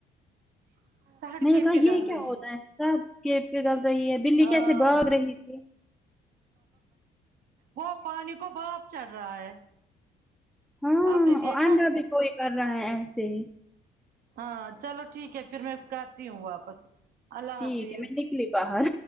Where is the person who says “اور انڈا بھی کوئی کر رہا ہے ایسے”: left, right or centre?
Centre